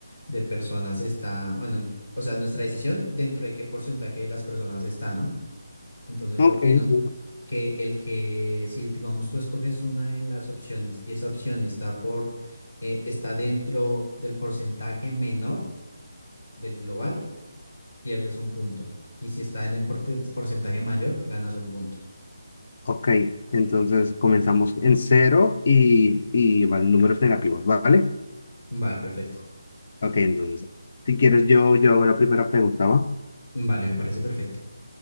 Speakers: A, on the left; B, on the left.
A: de personas está, bueno, o sea, nuestra decisión dentro de qué porcentaje de las personas está, ¿no? Entonces
B: Ok,
A: yo opino
B: sí.
A: que el que, si digamos tú escoges una de las opciones y esa opción está por, eh, está dentro del porcentaje menor del global, pierdes un punto. Y si está en el porte- porcentaje mayor, ganas un punto.
B: Ok, entonces comenzamos en cero y, y van números negativos, ¿vale?
A: Vale, perfecto.
B: Ok, entonces, si quieres, yo, yo hago la primera pregunta, ¿va?
A: Vale, me parece perfecto.